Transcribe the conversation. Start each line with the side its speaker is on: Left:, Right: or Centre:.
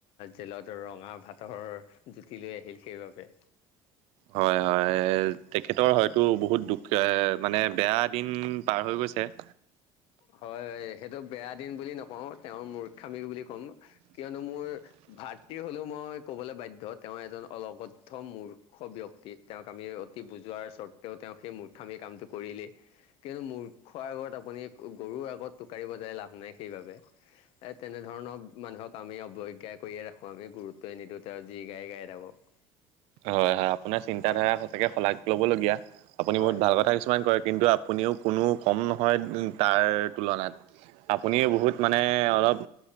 Left: জেলত ৰঙা ভাতৰ জুতি লৈ আহিল সেইবাবে।
Right: হয়, হয় তেখেতৰ হয়তো বহুত দুখ মানে বেয়া দিন পাৰ হৈ গৈছে।
Left: হয় সেইটো বেয়া দিন বুলি নকওঁ। তেওঁৰ মূৰ্খামি বুলি ক'ম, কিয়নো মোৰ ভাতৃ হলেও মই ক'বলৈ বাধ্য তেওঁ এজন অলগদ্ধ মূৰ মূৰ্খ ব্যক্তি তেওঁক আমি অতি বুজোৱাৰ স্বত্বেও তেওঁক সেই মূৰ্খামি কামটো কৰিলেই। কিয়নো মুৰ্খৰ আগত আপুনি, গৰুৰ আগত টোকাৰি বজাই লাভ নাই সেইবাবে। এ তেনেধৰণৰ মানুহক আমি অৱজ্ঞা কৰিয়ে ৰাখো আমি গুৰুত্বই নিদিওঁ তেওঁ যি গাই গাই থাকক।
Right: হয়, হয় আপোনাৰ চিন্ত
Left: হয়
Right: ধাৰা সঁচাকে শলাগ লব লগীয়া আপুনি
Left: হয়
Right: বহুত ভাল কথা কিছুমান কয়। কিন্তু আপুনিও কোনো কম নহয় তাৰ তুলনাত। আপুনি বহুত মানে অলপ